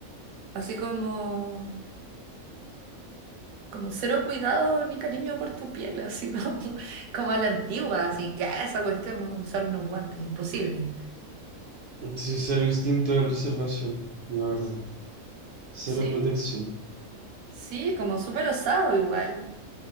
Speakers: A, on the right; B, on the right.
A: así como, como cero cuidado ni cariño por tu piel, así como, <laughs> como a la antigua, así que esa cuestión, usar unos guantes, imposible.
B: Sí, cero instinto de preservación, la verdad. Cero
A: Sí,
B: protección.
A: sí, como súper osado igual.